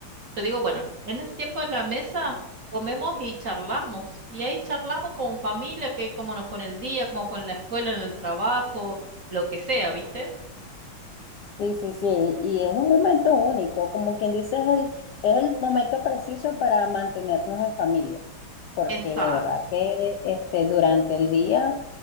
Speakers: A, on the right; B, on the left.
A: yo digo, bueno, en ese tiempo de la mesa comemos y charlamos, y ahí charlamos con familia, que cómo nos fue en el día, cómo fue en la escuela, en el trabajo, lo que sea, ¿viste?
B: Sí, sí, sí, y es un momento único, como quien dice, es el, es el momento preciso para mantenernos en familia, porque
A: Exacto.
B: de verdad que este, durante el día